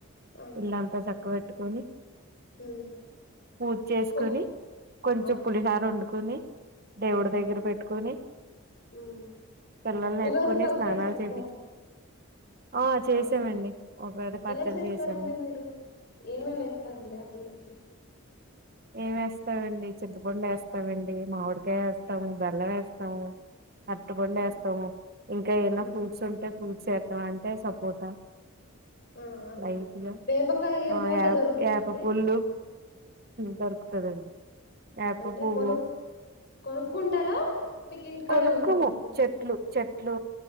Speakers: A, on the left (about 50°); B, on the right (about 45°).
A: ఆ,
B: ఇల్లంతా సక పెట్టుకొని
A: ఉమ్,
B: పూజేసుకుని
A: పో-
B: కొంచెం
A: అవునా
B: పులిహర వండుకొని దేవుడి
A: అవునా
B: దగ్గర పెట్టుకొని
A: ఉమ్.
B: పిల్లల్ని
A: ఉగాది
B: ఎత్తుకోని
A: పచ్చడి
B: స్నానాలు
A: చేసారా
B: చేపించి ఆ చేసామండి.
A: అవును
B: ఉగాది పచ్చడి
A: ఎలా చేస్తారండి
B: చేసాము.
A: మీరు ఏమేమి వేస్తారండి వాటిల్లోకి
B: ఏం వేస్తామండి. చింతపండు వేస్తామండి. మామిడికాయ వేస్తాము. బెల్లం వేస్తాము. అరటిపండు
A: ఆహా
B: వేస్తాము. ఇంకా ఏమనా
A: ఆ
B: ఫ్రూట్స్ ఉంటే ఫ్రూట్ చేద్దాం అంటే సపోర్ట
A: ఆ అదే
B: లైట్
A: అదే
B: గా
A: వేపకాయ
B: ఆ
A: పూత
B: యాప
A: దొరుకుతుందండి
B: యాపాపుల్లలు దొరుకుతద అండి. ఏప
A: అంటే
B: పూవ్వు
A: కొను కొనుక్కుంటారా మీకు ఇంటికాడే
B: కొనుకుము
A: ఉంటుందండి
B: చెట్లు చెట్లు